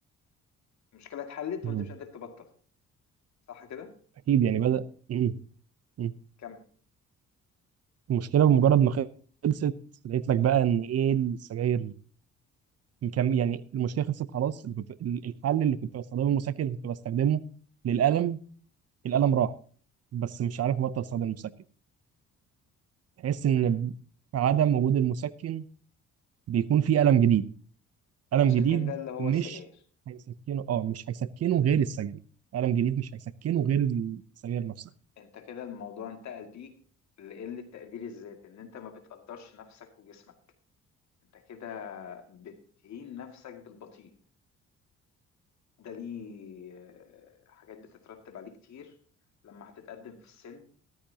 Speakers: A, on the left; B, on the right.
A: المشكله اتحلت
B: مم.
A: وانت مش قادر تبطل صح كده
B: أكيد يعني بدأ مم. مم.
A: كمل
B: المشكلة بمجرد ما خلصت لقيت لك بقى إن إيه السجاير كم يعني المشكلة خلصت خلاص اللي كنت... الحل اللي كنت بستخدمه المسكن اللي كنت بستخدمه للألم الألم راح بس مش عارف أبطل أستخدم المسكن تحس إن
A: مم.
B: عدم وجود المسكن بيكون فيه ألم جديد ألم
A: مشاكل
B: جديد
A: ده اللي هو
B: مش
A: السجاير
B: هيسكنه أه مش هيسكنه غير السجاير ألم جديد مش هيسكنه غير السجاير نفسها
A: انت كده الموضوع انتقل بيك لقله تقدير الذات ان انت ما بتقدرش نفسك وجسمك انت كده بتهين نفسك بالبطيء ده ليه آه، حاجات بتترتب عليه كتير لما هتتقدم في السن